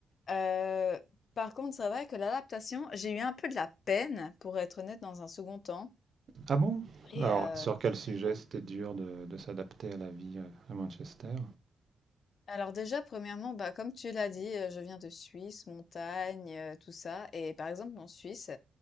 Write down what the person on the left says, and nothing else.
Euh, par contre, c'est vrai que l'adaptation, j'ai eu un peu de la peine, pour être honnête, dans un second temps.
Et
euh,
au-
alors déjà, premièrement, bah, comme tu l'as dit, euh, je viens de Suisse, montagne, euh, tout ça. Et par exemple, en Suisse,